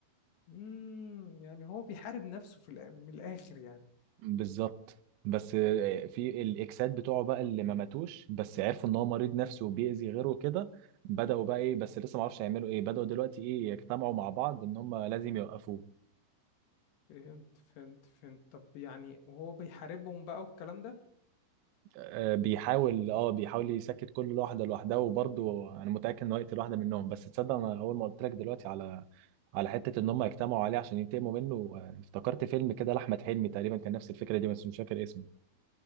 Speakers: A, on the left; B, on the right.
A: امم يعني هو بيحارب نفسه في الآ- من الآخر يعني
B: بالظبط بس في الاكسات بتوعه بقى اللي ما ماتوش بس عرفوا ان هو مريض نفسي وبيأذي غيره كده بدأوا بقى ايه بس لسه ما اعرفش هيعملوا ايه بدأوا دلوقتي ايه يجتمعوا مع بعض ان هم لازم يوقفوه
A: فهمت فهمت فهمت طب يعني وهو بيحاربهم بقى والكلام ده
B: آه، بيحاول اه بيحاول يسكت كل واحده لوحدها وبرضه انا متاكد انه هيقتل واحده منهم بس تصدق انا اول ما قلت لك دلوقتي على على حته ان هم يجتمعوا عليه عشان ينتقموا منه آه، افتكرت فيلم كده لاحمد حلمي تقريبا كان نفس الفكره دي بس مش فاكر اسمه